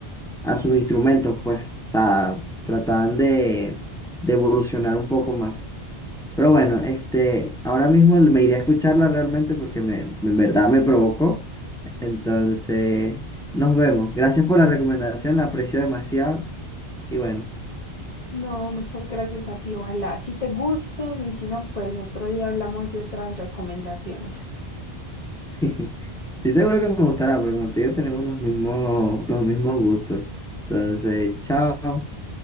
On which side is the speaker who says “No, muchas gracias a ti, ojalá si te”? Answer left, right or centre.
Left